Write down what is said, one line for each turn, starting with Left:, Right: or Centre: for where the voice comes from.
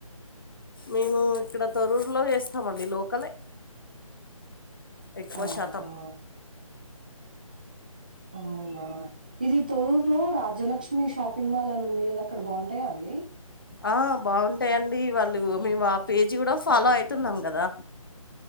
Left: మేము ఇక్కడ తొరూరులో యేస్తామండి లోకలే ఎక్వ
Right: ఆహా
Left: శాతం
Right: అవ్నా ఇది తొరూర్ లో రాజ్యలక్ష్మి షాప్ పింగ్ మాల్ అన్ ఉంది గద అక్కడ బాహుంటయా అండి
Left: ఆ బాహుంటాయండి వాళ్ళు మేము ఆ పేజీ గూడా ఫాలో అయితున్నాం గదా